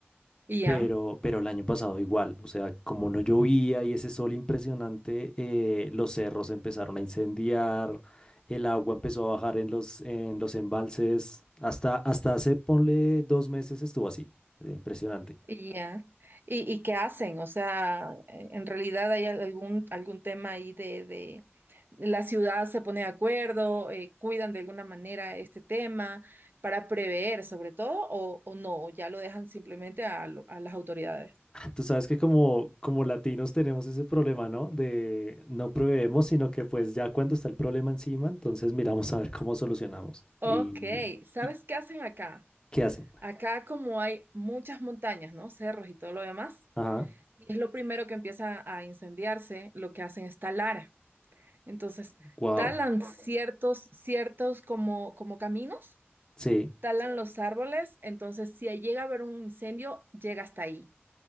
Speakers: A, on the right; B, on the left.
A: Y ya,
B: pero, pero el año pasado igual. O sea, como no llovía y ese sol impresionante, eh, los cerros empezaron a incendiar, el agua empezó a bajar en los, en los embalses. Hasta, hasta hace, ponle dos meses estuvo así. eh, Impresionante.
A: y ya. ¿Y, y qué hacen? O sea, eh, en realidad hay algún, algún tema ahí de, de- la ciudad se pone de acuerdo, eh, cuidan de alguna manera este tema para prever sobre todo o, o no, ya lo dejan simplemente a lo- a las autoridades.
B: Tú sabes que como, como latinos tenemos ese problema, ¿no? De no proveemos, sino que pues ya cuando está el problema encima, entonces miramos a ver cómo solucionamos.
A: Ok,
B: ¿Y,
A: ¿sabes
B: y
A: qué hacen acá?
B: qué hacen?
A: Acá como hay muchas montañas, ¿no? Cerros y todo lo demás,
B: Ajá,
A: es lo primero que empieza a incendiarse, lo que hacen es talar. Entonces,
B: wow.
A: talan ciertos, ciertos como, como caminos,
B: Sí,
A: talan los árboles, entonces si llega a haber un incendio, llega hasta ahí.